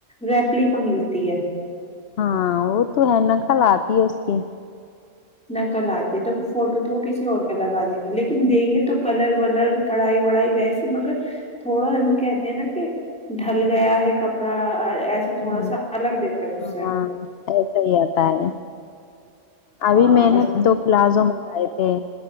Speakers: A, in the centre; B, on the left.
A: ریپلی کا ملتی ہے
B: ہاں وہ تو ہے ن کل آتی ہے اس کی
A: نکل آتی ہے دیک فوٹو تو کسی اور کا لگا دیں گے لیکن دیں گے تو کلر ولر کڑھائی وڑائی ویسی مگر تھوڑا نا کہتے ہیں نا کہ ڈھل گیا ہے کپڑا ایسا تھوڑا
B: ہوں
A: سا الگ دیتا
B: ہاں
A: سے
B: ایسا ہی آتا ہے ابھی
A: ہاں
B: میں
A: بس
B: نے دو پلازو منگائے پ